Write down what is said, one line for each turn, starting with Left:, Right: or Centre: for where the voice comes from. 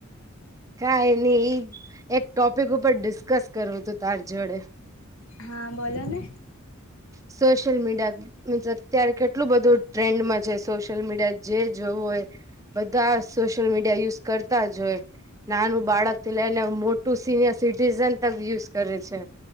Right: કઈ નઈ ઈ એક ટોપિક ઉપર ડિસ્કસ કરવું તું તાર જોડે.
Left: હા બોલો ને.
Right: સોશિલ મીડિયા <unintelligible> અત્યારે કેટલું બધું ટ્રેન્ડમાં છે સોશિયલ મીડિયા જે જોવું હોય. બધા સોશિયલ મીડિયા યુઝ કરતા જ હોય. નાનું બાળક થી લઈને મોટું સિનિયર સિટીઝન તક યુઝ કરે છે.